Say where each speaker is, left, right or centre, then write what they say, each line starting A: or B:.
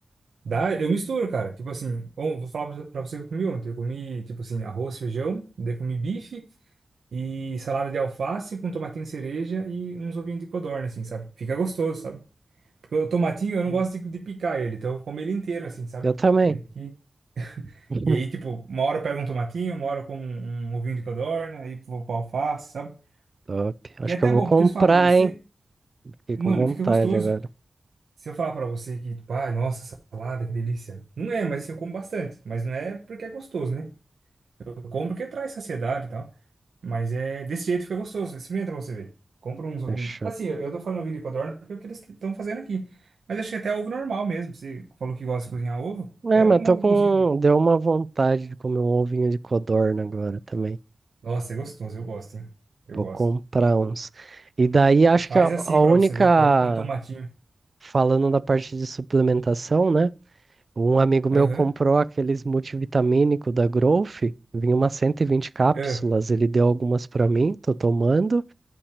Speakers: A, on the right; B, on the right.
A: Dá, eu misturo, cara. Tipo assim, ou- vou falar pra você pra você o que eu comi ontem. Eu comi, tipo assim, arroz, feijão, daí comi bife e salada de alface com tomatinho cereja e uns ovinhos de codorna, assim, sabe? Fica gostoso, sabe? Porque o tomatinho eu não
B: Hum.
A: gosto de, de picar ele, então eu como ele inteiro, assim, sabe?
B: Eu também.
A: E, aqui...
B: <laughs>
A: e aí, tipo, uma hora eu pego um tomatinho, uma hora eu como um, um ovinho de codorna, aí vou pra alface, sabe?
B: Top. Acho
A: Que é até
B: que eu vou
A: bom,
B: comprar,
A: porque se eu falar pra você,
B: hein? Fiquei
A: mano,
B: com vontade
A: fica gostoso.
B: agora.
A: Se eu falar pra você que, tipo, ai, nossa, salada, que delícia. Não é, mas assim, eu como bastante. Mas não é porque é gostoso, né? Eu compro porque traz saciedade e tal. Mas é desse jeito fica gostoso. Experimenta pra você ver. Compra uns ovinhos.
B: Fechou.
A: Assim, eu, eu tô falando ovinho de codorna porque é o que eles estão fazendo aqui. Mas acho que até ovo normal mesmo. Você falou que gosta de cozinhar ovo. Até
B: É, mas
A: um
B: tô
A: ovo
B: com.
A: cozido.
B: Deu uma vontade de comer um ovinho de codorna agora também.
A: Nossa, é gostoso. Eu gosto, hein? Eu
B: Vou
A: gosto.
B: comprar uns. E daí acho
A: Faz
B: que a, a
A: assim pra
B: única,
A: você ver. Come com tomatinho.
B: falando da parte de suplementação, né? Um amigo meu
A: Aham.
B: comprou aqueles multivitamínico da Growth, vinha umas cento e vinte cápsulas,
A: ah,
B: ele deu algumas para mim, tô tomando,